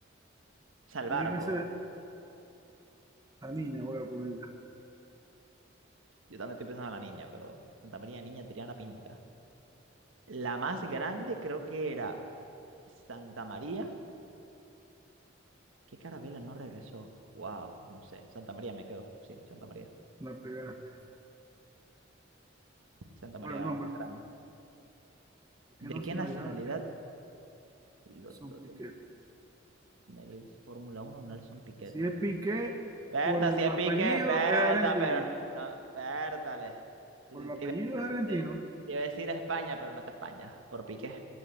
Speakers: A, on the right; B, on the right.
A: O sea, el
B: Tiene
A: barco.
B: que ser la niña, voy a ponerla.
A: Yo también estoy pensando en la niña, pero Santa María, niña, Tiriana Pinta. La más grande creo que era Santa María. ¿Qué carabela no regresó? Wow, no sé. Santa María me quedo. Sí, Santa María.
B: La pegaste.
A: Santa María
B: Bueno, el
A: era
B: nombre.
A: la más grande.
B: ¿Por
A: ¿De
B: qué no
A: qué
B: son
A: nacionalidad?
B: allá?
A: Piloto
B: Son Piquet.
A: Del Fórmula uno Nelson Piquet.
B: Si es Piqué,
A: Berta,
B: por
A: si
B: el
A: es
B: apellido
A: Piquet, Berta,
B: es argentino.
A: pero no, Berta, le- Te
B: Por el
A: te
B: apellido
A: iba a decir,
B: es argentino.
A: te- te iba a decir España, pero no está España, por Piquet.